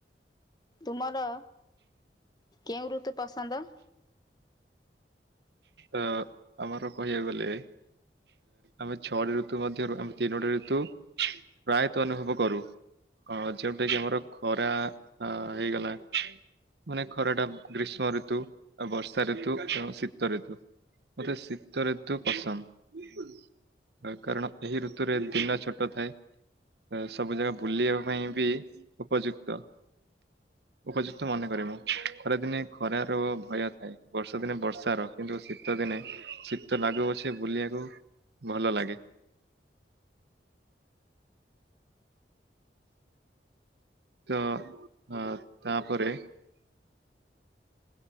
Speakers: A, on the left; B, on the right.
A: ତୁମର କେଉଁ ଋତୁ ପସନ୍ଦ?
B: ଅ ଆମର କହିବାକୁ ଗଲେ ଆମେ ଛଅଟି ଋତୁ ମଧ୍ୟରୁ ଆମେ ତିନୋଟି ଋତୁ ପ୍ରାୟତଃ ଅନୁଭବ କରୁ। ହଁ ଯୋଉଟା କିି ଆମର ଖରା ଆ ହେଇଗଲା। ମାନେ ଖରା ଟା ଗ୍ରୀଷ୍ମ ଋତୁ ଆ ବର୍ଷା ଋତୁ କ ଶୀତ ତ ଋତୁ ମୋତେ ଶୀତ ଋତୁ ପସନ୍ଦ। କାରଣ ଏହି ଋତୁରେ ଦିନ ଛୋଟ ଥାଏ। ସବୁ ଜାଗା ବୁଲିବା ପାଇଁ ବି ଉପଯୁକ୍ତ। ଉପଯୁକ୍ତ ମନେ କରେ ମୁଁ ଖରାଦିନେ ଖରାର ଭୟ ଥାଏ ବର୍ଷା ଦିନେ ବର୍ଷାର କିନ୍ତୁ ଶୀତ ଦିନେ ଶୀତ ଲାଗୁଅଛେ ବୁଲିବାକୁ ଭଲ ଲାଗେ। ତ ଅ ତାପରେ